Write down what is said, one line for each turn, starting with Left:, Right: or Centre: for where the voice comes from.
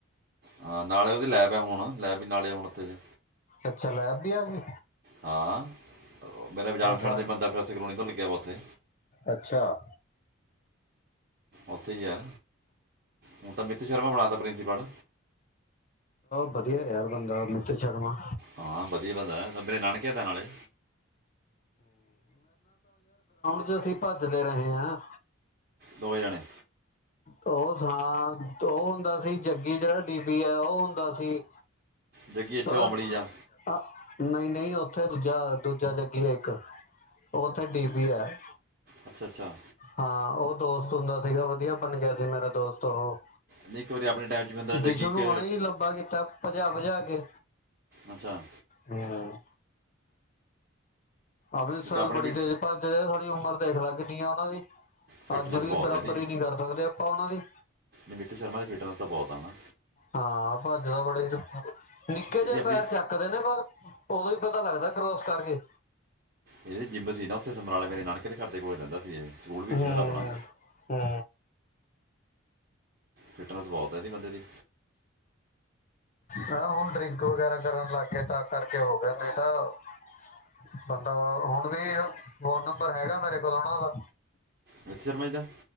Right: ਹਾਂ ਨਾਲੇ ਉਹਦੀ ਲੈਬ ਹੈ ਹੁਣ ਲੈਬ ਵੀ ਨਾਲੇ ਹੁਣ ਉੱਥੇ ਜੇ
Left: ਅੱਛਾ ਲੈਬ ਵੀ ਆ ਗੀ।
Right: ਹਾਂ ਮੇਰੇ ਜਾਣ ਪਛਾਣ
Left: ਸਾ
Right: ਦਾ ਬੰਦਾ ਪ੍ਰੋਫੈਸਰ ਕਲੋਨੀ ਤੋਂ ਲੱਗਿਆ ਵਾ ਉੱਥੇ?
Left: ਅੱਛਾ
Right: ਉਥੇ ਹੀ ਹੈ। ਹੁਣ ਤਾਂ ਆਮਿਤ ਸ਼ਰਮਾ ਬਣਾ ਤਾਂ ਪ੍ਰਿੰਸੀਪਲ
Left: ਵਧੀਆ ਯਾਰ ਬੰਦਾ ਅਮਿਤ ਸ਼ਰਮਾ
Right: ਹਾਂ, ਵਧੀਆ ਬੰਦਾ ਮੇਰੇ ਨਾਨਕਿਆ ਦਾ ਨਾਲੇਂ
Left: ਉੱਥੇ, ਅਸੀਂ ਭੱਜਦੇ ਰਹੇ ਹਾਂ।
Right: ਦੋਵੇਂ ਜਾਣੇ
Left: ਉਹ ਸੁਣਾ, ਉਹ ਹੁੰਦਾ ਸੀ। ਜੱਗੀ ਜਿਹੜਾ ਡੀਪੀ ਆ, ਉਹ ਹੁੰਦਾ ਸੀ।
Right: ਜੱਗੀ ਇੱਥੇ
Left: ਉਹ
Right: ਔਮਲੀ ਜਾ
Left: ਨਾ ਨਹੀਂ ਨਹੀਂ ਉੱਥੇ ਦੂਜਾ ਦੂਜਾ ਜੱਗੀ ਏ ਇੱਕ ਉਹ ਉੱਥੇ ਡੀਪੀ ਹੈ।
Right: ਅੱਛਾ -ਅੱਛਾ
Left: ਹਾਂ, ਉਹ ਦੋਸਤ ਹੁੰਦਾ ਸੀ ਗਾ ਵਧੀਆ ਬਣ ਗਿਆ ਸੀ ਮੇਰਾ ਦੋਸਤ ਉਹ,
Right: ਨਹੀਂ ਇੱਕ ਵਾਰੀ ਆਪਣੇ ਟਾਈਮ 'ਚ ਵੀ ਹੁੰਦਾ ਜੱਗੀ
Left: ਦਿਸ਼ੂ
Right: ਇੱਕ
Left: ਨੂੰ ਉਣੇ ਹੀ ਲੰਬਾ ਕੀਤਾ ਭੱਜਾ ਭੱਜਾ ਕੇ
Right: ਅੱਛਾ
Left: ਹਮ। ਅਮਿਤ ਸਰ
Right: ਇੱਕ ਆਪਣੇ
Left: ਬੜੀ
Right: ਵੀ
Left: ਤੇਜ਼ ਭੱਜਦੇ ਆ ਸਾਡੀ ਉਮਰ ਦੇਖ ਲੈ, ਕੀ ਹੈ ਉਹਨਾਂ ਦੀ
Right: ਫਿਟਨੈਸ
Left: ਅੱਜ ਵੀ
Right: ਬਹੁਤ
Left: ਬਰਾਬਰੀ
Right: ਇਹਦੀ
Left: ਨਹੀਂ ਕਰ ਸਕਦੇ ਆਪਾਂ ਉਹਨਾਂ ਦੀ
Right: ਅਮਿਤ ਸ਼ਰਮਾ ਦੀ ਫਿਟਨੈਸ ਤਾਂ ਬਹੁਤ ਆ ਨਾ।
Left: ਹਾਂ ਭੱਜਦਾ ਬੜੇ ਚੁ ਨਿੱਕੇ
Right: ਇਹਦੀ
Left: ਜਿਹੇ
Right: ਆਪਣੀ
Left: ਪੈਰ ਚੱਕਦੇ ਨੇ ਪਰ ਉਦੋਂ ਹੀ ਪਤਾ ਲੱਗਦਾ ਕਰੋਸ ਦਾ। ਕਰਗੇਂ
Right: ਇਹਦੀ ਜਿੰਮ ਸੀ ਨਾ ਉੱਥੇ ਸਮਰਾਲੇ ਮੇਰੇ ਨਾਨਕੇ, ਸਾਡੇ ਘਰ ਦੇ ਕੋਲ ਹੀ ਰਹਿੰਦਾ ਸੀ। ਇਹ- ਸਕੂਲ ਵੀ
Left: ਹਾ
Right: ਸੀ ਇਹਨਾਂ ਦਾ ਆਪਣਾ
Left: ਹਾ
Right: ਫਿਟਨੈਸ ਬਹੁਤ ਹੈ। ਇਹਦੀ ਬੰਦੇ ਦੀ
Left: ਹੁਣ ਡਰਿੰਕ ਵਗੈਰਾ ਕਰਨ ਲੱਗ ਗਏ। ਤਾਂ ਕਰਕੇ ਹੋ ਗਏ, ਨਹੀਂ ਤਾਂ ਬੰਦਾ ਹੁਣ ਵੀ ਫੋਨ ਨੰਬਰ ਹੈਗਾ ਮੇਰੇ ਕੋਲ ਉਹਨਾਂ ਦਾ
Right: ਅਮਿਤ ਸ਼ਰਮਾ ਦਾ